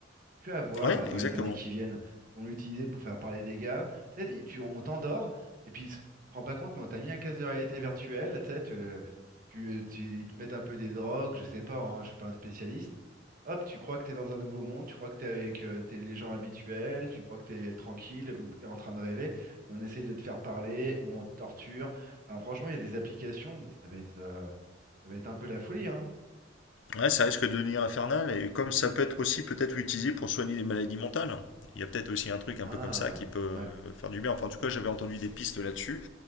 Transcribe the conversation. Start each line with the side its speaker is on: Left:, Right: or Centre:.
Right: tu vas voir,
Left: Ouais,
Right: là, dans
Left: exactement.
Right: les années qui viennent, ils vont l'utiliser pour faire parler des gars. Tu sais, tu, on t'endort, et puis tu te rends pas compte, mais on t'a mis un casque de réalité virtuelle, tu sais, tu, tu- tu- ils te mettent un peu des drogues, je sais pas, hein, je suis pas un spécialiste. Hop, tu crois que t'es dans un nouveau monde, tu crois que t'es avec euh, t'es les gens habituels, tu crois que t'es tranquille ou que t'es en train de rêver, et on essaye de te faire parler, ou on te torture. Enfin, franchement, il y a des applications, mais ça va être, euh, ça va être un peu la folie, hein.
Left: Ouais, ça risque de devenir infernal, et comme ça peut être aussi peut-être utilisé pour soigner des maladies mentales, il y a peut-être aussi un truc un
Right: Ah,
Left: peu comme ça qui peut
Right: ouais,
Left: faire du bien. Enfin, en tout cas, j'avais entendu des pistes là-dessus.